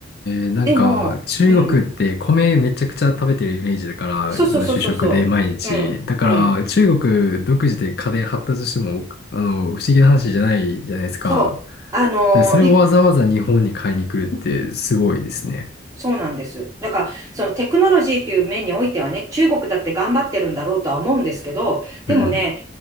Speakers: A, on the left; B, on the right.
A: えー、なんか中国って米めちゃくちゃ食べてるイメージだから、
B: でも、うん、そうそうそうそうそう、
A: あの主食で毎日。
B: うん、
A: だから中国独自で家電発達しても、
B: うん、
A: あの、不思議な話じゃないじゃないですか。
B: そう、あのーい
A: でそれをわざわざ日本に買いに来るってすごいですね。
B: そうなんです。だから、そのテクノロジーという面においてはね、中国だって頑張ってるんだろうとは思うんですけど、でもね、
A: うん。